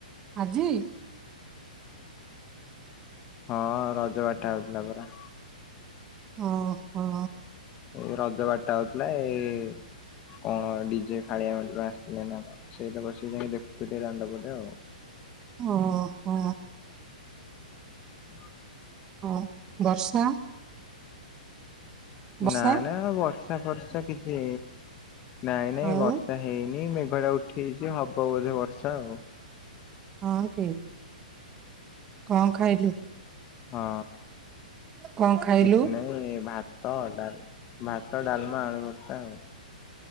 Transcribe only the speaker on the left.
ହଁ ରଜ ବାଠା ହଉଥିଲା ପରା
ଏଇ ରଜ ବାାରଟା ହଉଥିଲା ଏଇ କଣ ଡିଜେ ଖାଳିଆ ଆସିଥିଲେ ନା ସେଇ ତ ବସିକି ଯାଇକ ଦେଖୁୁ ଦଣ୍ଡପଟେ ଆଉ।
ହଁ।
ନା ନା ବ ଵର୍ଷା ଖର୍ଷା କିଛି। ନାଇଁ ନାଇଁ
ବର୍ଷା ହେଇନି। ଭଡା ଉଠିଛି ହବ ବୋଧେ ବର୍ଷା ଆଉ।
ହଁ
କିଛି ନହିଁ ଭ ତଡ ଭାତ ଡଲମା ଆଣ କରତା ଆଉ।